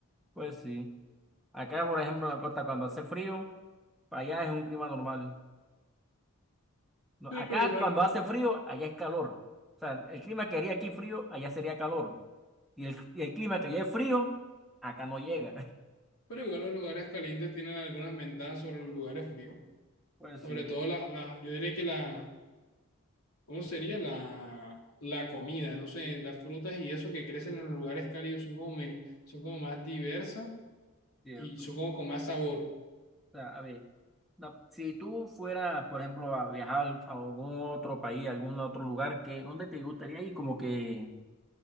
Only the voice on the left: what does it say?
Sí,
pero igual,
pero igual los lugares calientes tienen algunas ventajas sobre los lugares fríos.
Sobre
todo la, la, yo diría que la, ¿cómo sería? La, la comida, no sé, las frutas y eso que crecen en los lugares cálidos son como, me- son como más diversas
y son
como con más sabor.